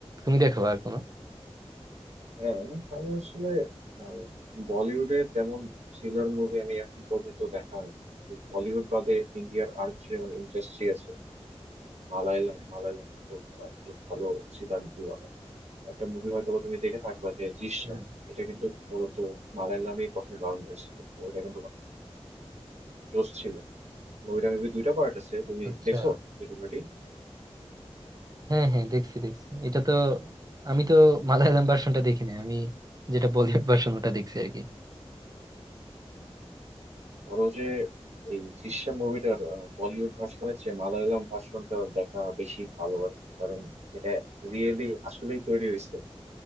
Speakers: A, on the right; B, on the right.
A: তুমি দেখো আর কোনো
B: হ্যাঁ আমি আসলে আহ, বলিউডে তেমন থ্রিলার মুভি আমি এখন পর্যন্ত দেখা হয়নি কিন্তু বলিউড বাদে ইন্ডিয়ার আর যেমন ইন্ডাস্ট্রি আছে মালায়ালাম মালায়ালাম তো আহ, খুব ভালো থ্রিলার মুভি বানায় একটা মুভি হয়তো বা তুমি দেখে থাকবা যে দৃশ্যম
A: হুম।
B: এটা কিন্তু মূলত মালায়ালামেই প্রথমে বানানো হয়েছিল মুভিটা কিন্তু অনেক জোশ ছিল মুভিটা মেবি দুইটা পার্ট আছে তুমি
A: আচ্ছা
B: দেখছো দুটো পার্টি
A: হ্যাঁ হ্যাঁ দেখছি দেখছি এটা তো আমি তো মালায়ালাম ভার্সনটা দেখি না আমি যেটা বলিউড ভার্সন ওটা দেখছি আর কি
B: ধরো যে এই দৃশ্যম মুভিটার বলিউড ভার্সনের চেয়ে মালায়ালাম ভার্সনটা দেখা বেশি ভালো আর কি কারণ সেটা রিয়েলি আসলেই তৈরি হয়েছে